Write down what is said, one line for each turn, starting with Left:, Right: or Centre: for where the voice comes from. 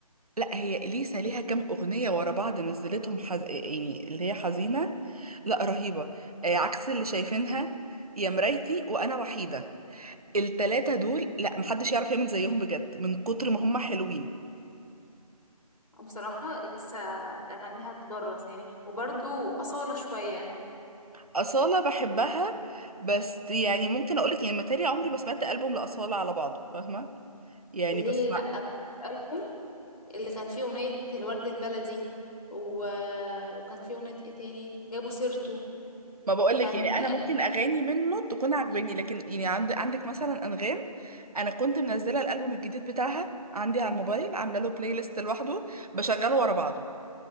Right: لا هي اليسا ليها كام اغنيه ورا بعض نزلتهم حز... يعني اللي هي حزينه لا رهيبه آه، عكس اللي شايفينها يا مرايتي وانا وحيده التلاتة دول لا محدش يعرف يعمل زيهم بجد من كتر ما هم حلوين
Left: بصراحه لسه اغانيها تدرس يعني وبرضه اصاله شويه
Right: أصالة بحبها بس يعني ممكن أقولك يعني متهيألي عمري ما سمعت ألبوم لأصالة على بعضه فاهمة يعني
Left: ليه
Right: بسمع
Left: لا
Right: ما
Left: الالبوم اللي كان فيه اغنيه الورد البلدي و... وكان فيه اغنيه ايه تاني جابوا سيرته
Right: ما بقولك
Left: كان
Right: يعني
Left: الالبوم
Right: أنا ممكن أغاني منه تكون عجباني لكن يعني عند... عندك مثلا أنغام أنا كنت منزلة الألبوم الجديد بتاعها عندي على الموبايل عاملة له بلاي ليست لوحده بشغله ورا بعضه